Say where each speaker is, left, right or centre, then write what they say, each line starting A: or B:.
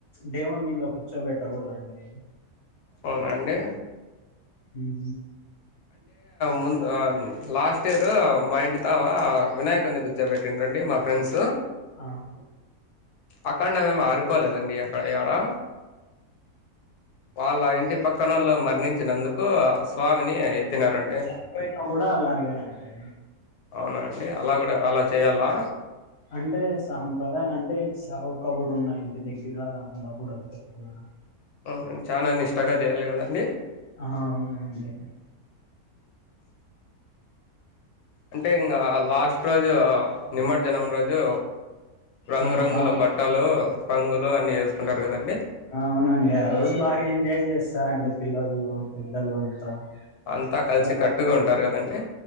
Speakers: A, on the left (about 50°); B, on the left (about 85°).
A: దేవున్ని ఇంగా కూర్చోబెట్టా గో కొలండైనా
B: అవునా అండి.
A: హుహూ
B: ముందు లాస్ట్ ఇయర్ మా ఇంటి తావా వినాయకుని కూర్చోపెట్టిర్రాండి మా ఫ్రెండ్స్
A: ఆహా
B: అఖండమేమి ఆరిపోలేదండి అక్కడ ఎడా వాళ్ళ ఇంటి పక్కనోళ్లు మరణించినందుక్ కో స్వామిని ఎత్తినారండి.
A: చనిపోయినా కూడా అలాగేనండి
B: అవునండి. అలా కూడా అలా చేయాలా
A: అంటే సాంప్రదాయం అంటే, చావు కబురు ఉన్న ఇంటి దగ్గర ఉండకూడదు. కదా అలా
B: అవునన్ చానా నిష్టగా జేయాలి కదండి.
A: ఆ అవునా అంతే
B: అంటే ఇంగా లాస్ట్ రోజు, నిమర్జనం రోజు రంగురంగుల
A: ఆ ఆరు
B: బట్టలు, రంగులు అన్ని ఏసుకుంటారు కదండి.
A: అవునండి ఆ రోజు బాగా ఎంజాయ్ జేస్తారండి పిల్లల్లో పెద్దలు అంతా <inaudible>
B: అంతా కలిసి కట్టుగా ఉంటారు కదండి